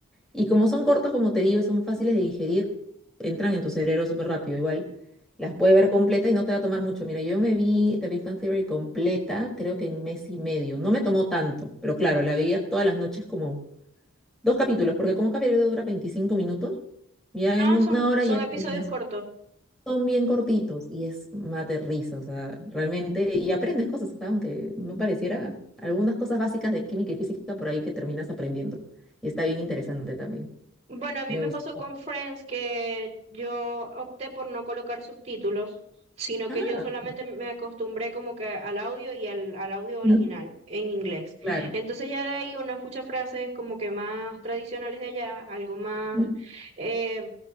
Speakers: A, in the centre; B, on the right.
A: Y como son cortos, como te digo, y son fáciles de digerir, entran en tu cerebro súper rápido. Igual las puedes ver completa y no te va a tomar mucho. Mira, yo me vi The Big Bang Theory completa, creo que en mes y medio. No me tomó tanto, pero claro, la veía todas las noches como dos capítulos, porque como cada video dura 25 minutos, ya
B: Ah,
A: en una
B: son,
A: hora
B: son
A: ya terminas.
B: episodios cortos.
A: Son bien cortitos y es mate risa, o sea, realmente, y aprendes cosas, ¿sabes? aunque no pareciera, algunas cosas básicas de química y física por ahí que terminas aprendiendo. Y está bien interesante también.
B: Bueno, a mí
A: Me
B: me
A: gusta.
B: pasó con Friends que yo opté por no colocar subtítulos, sino
A: Ah,
B: que yo solamente me acostumbré como que al audio y al, al audio original
A: mm,
B: en inglés.
A: claro.
B: Entonces ya de ahí uno escucha frases como que más tradicionales de allá, algo más,
A: Mm,
B: eh,